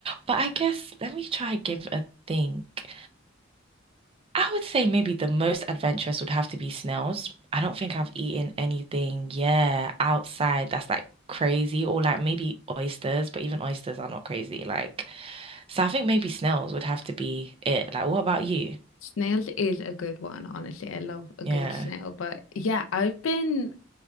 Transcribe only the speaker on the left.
Snails is a good one, honestly. I love a
good snail, but yeah, I've been